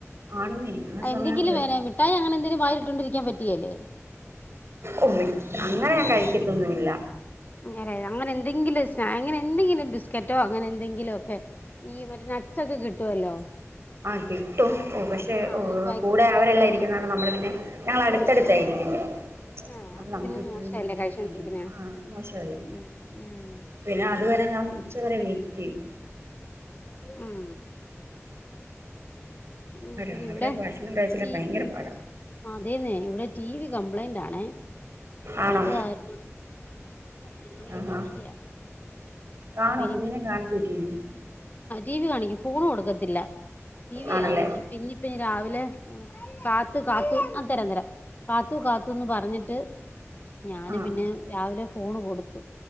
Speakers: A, on the right; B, on the left.
A: ആണെന്നേ ആ സമയം
B: എന്തെങ്കിലും
A: വിശക്കും
B: വേന മിഠായി അങ്ങനെ എന്തെങ്കിലും വായില ഇട്ടോണ്ടിരിക്കാൻ പറ്റിയല്ലേ
A: ഒ മിഠ അങ്ങനെ ഞാൻ കഴിക്കത്തൊന്നുമല്ല
B: അതെ അങ്ങനെ എന്തെങ്കിലും സ്‌ന അങ്ങനെ എന്തെങ്കിലും ബിസ്ക്കറ്റോ അങ്ങനെ എന്തെങ്കിലുമ ഒക്കെ ഈ നട്സ്ഒക്കെ - കിട്ടുവല്ലോ
A: ആഹ് കിട്ടും ഓ പക്ഷെ
B: ആ അതൊരു പാക്കറ്റെങ്കില്
A: കൂടെ അവരെല്ലാം ഇരിക്കുന്നകാരണം നമ്മള് പിന്നെ ഞങ്ങളാ അടുത്തടുത്തായിരിക്കുന്നെ
B: ആ
A: അപ്പൊ നമുക്ക്
B: പിന്നെ
A: ഇപ്പോഴും
B: മോശല്ലേ
A: അങ്ങനെ
B: കഴിച്ചോണ്ടിരിക്കുന്നെ
A: കഴിക്കാൻ ആഹ മോശല്ലേ
B: ഉം ഉം
A: പിന്നെ അതുവരെ ഞാൻ എന്താ ഉച്ച വരെ വെയിറ്റ് ചെയ്യും
B: ഉം ഉം പിന്നെ
A: രാവിലെ
B: ഇവിടെ
A: ഭക്ഷണം കഴിച്ചില്ല
B: റ്റി
A: ഭയങ്കര പാടാ
B: അതെന്നെ ഇവിടെ ടി വി കം- പ്ലെയിന്റാണെ അപ്പൊ
A: ആണോ
B: അത് കാരണം ഞങ്ങളിങ്ങനെ
A: ആഹാ
B: ഇരിക്കയാ
A: കാണോ
B: അപ്പോ ഇനി
A: കുഞ്ഞിനെ
B: ഇവി
A: കാണിക്കോ ടി വി
B: ടി വി കാണിക്കും ഫോൺ കൊടുക്കത്തില്ല രാത്രി
A: ആണല്ലേ
B: കാണിക്കില്ല പിന്നെ ഇപ്പം രാവി- രാവിലെ കാത്തു കാത്തു ആ തരാം തരാം കാത്തു കാത്തുന്ന് പറഞ്ഞിട്ട് ഞാന്
A: ആഹ്
B: പിന്നെ രാവിലെ ഫോണ് കൊടുത്ത്